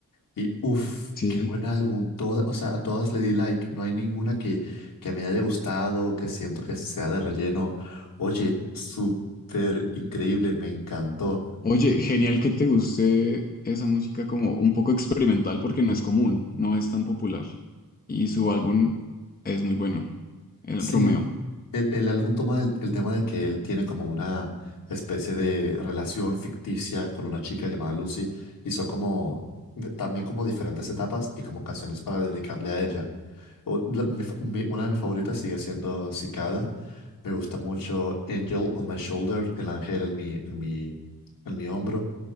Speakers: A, on the left; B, on the left.
A: Y uff,
B: sí.
A: qué buen álbum. Toda, o sea, a todas le di like. No hay ninguna que, que me haya gustado, que siento que sea de relleno. Oye, súper increíble, me encantó.
B: Oye, genial que te guste esa música como un poco experimental porque no es común, no es tan popular. Y su álbum es muy bueno, el
A: Sí,
B: Romeo.
A: el, el álbum toma el, el tema de que él tiene como una especie de relación ficticia con una chica llamada Lucy y son como eh, también como diferentes etapas y como canciones para dedicarle a ella. O- la- mi fa- mi- una de mis favoritas sigue siendo Cicada. Me gusta mucho Angel on My Shoulder, el ángel en mi, en mi, en mi hombro.